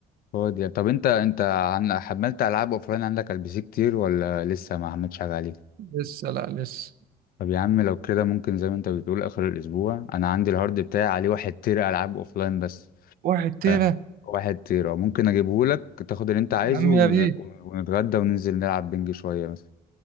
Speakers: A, on the left (about 60°); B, on the right (about 60°).
A: فاضي يا- طب انت انت عن... حملت العاب اوفلاين عندك على البي سي كتير ولا لسه ما عملتش حاجة عليه
B: لسه لا لسه
A: طب يا عم لو كده ممكن زي ما انت بتقول اخر الاسبوع انا عندي الهارد بتاعي عليه واحد تيرا العاب اوفلاين بس
B: واحد تيرة
A: آه، واحد تيرة ممكن اجيبه لك تاخد اللي انت عايزه
B: يا عم
A: ون-
B: يا بيه
A: ونتغدى وننزل نلعب بنج شوية مثلا